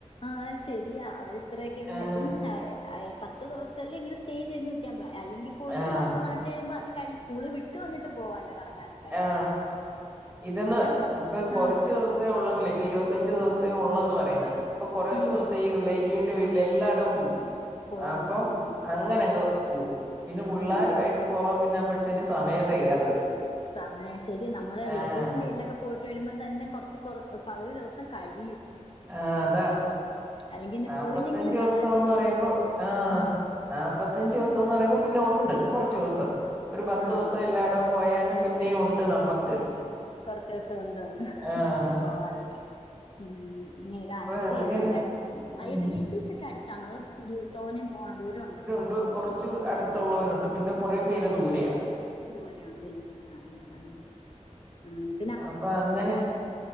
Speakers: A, on the left; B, on the right.
A: ആഹ ശരിയാ അവരിത്രയൊക്കെ ഇങ്ങനെ
B: ആഹ്
A: ഇപ്പം പത്ത് ദിവസം സ്റ്റേ ചെയ്ത് നിൽക്കാൻ അല്ലങ്ക പോലും
B: ആഹ്
A: പപ്പ നാട്ടിൽ വരുമ്പോ അത് ക സ്കൂള് വിട്ട് വന്നട്ട് ഇട്ട് പോല്ലോ കറങ്ങാനൻ
B: ആ ഇതൊന്ന്
A: പൊറ
B: ഇപ്പൊ കൊറച്ച്
A: ആഹ്
B: ദിവസം ഉള്ളെങ്കിലെ ഇ ഇരുപത്തഞ്ച് ദിവസേ ഉള്ളന്ന് പറയുന്ന് അപ്പൊ കുറച്ച്
A: ഉം
B: ദിവസം ഈ റില്ലേറ്റീവ്സിൻ്റെ റ്റുവിന്റെ വീട്ടില എല്ലായിടവും പോവും
A: പോണം
B: അപ്പം
A: ആഹ്
B: അങ്ങനെ അങ്ങ് പോവും പിന്നെ പിള്ളരുമായിട്ട്
A: ഉം
B: പോവാൻ പിന്നെ അപ്പഴത്തേന് സമയം തെകയാതെ വരും
A: സമയം ശരി നമ്മള റിലേറ്റീവ്സിന്റെ
B: ആഹ്
A: വീട്ടിലൊക്കെ പോയിട്ട് വരുമ്പോം തന്നെ കുറച്ച് കൊ പകുതി ദിവസം കഴിയും
B: ആഹ അതാ
A: അല്ലെങ്കി പിന്നെ
B: നാപ്പത്തഞ്ച
A: പോയില്ലെങ്കിലും
B: ദിവസംന്ന്
A: പരാതിയല്ലേ
B: പറയുമ്പോ ആഹ
A: ആഹ്
B: നാല്പ്പത്തഞ്ച ദിവസംന്ന് പറയുമ്പോ പിന്നെ ഉണ്ട് കുറച്ച് ദിവസം ഒരു പത്ത്
A: ആഹ്
B: ദിവസം എല്ലായിടവും പോയാലും പിന്നെയ ഉണ്ട് നമുക്ക്
A: ഉണ്ട് കൊറച്ച ദിവസം ഉണ്ടാവക
B: ആഹ്
A: ആ പോവാനൊക്കെ ഉം അങ്ങനെയൊക്കെ
B: അപ്പൊ
A: ശരി
B: അങ്ങനെ
A: എല്ലായിടും
B: ഉം
A: ആ റിലേറ്റീവ്സ് ഒക്കെ അടുത്താണതോ തോന്നയും പോണോ ദൂരണ്ടോ
B: ണ്ട് കുറച്ച് കുറച്ച് അടുത്തുള്ളവരുണ്ട് പിന്നെ കുറ പേര് ദൂരെയ
A: ദൂരെ ഉണ്ടല്ലേ ആഹ ആഹ ഹ
B: അപ്പൊ അങ്ങനെ